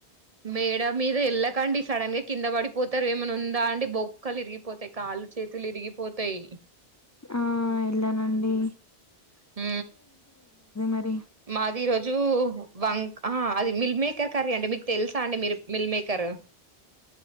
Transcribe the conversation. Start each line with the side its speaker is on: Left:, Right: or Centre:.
Right: మేడ మీద వెళ్ళకండి సడన్ గా కింద పడిపోతారు ఏమై ఉందా అండి బొక్కలు విరిగిపోతాయి కా వాళ్ళు చేతులు విరిగిపోతాయి
Left: ఆ ఎళ్లానండి
Right: హ
Left: మరి
Right: మాది రోజు వం ఆ అది మిల్ మేకర్ కారు అండి మీకు తెలుసా అండి మీరు మిల్ మేకర్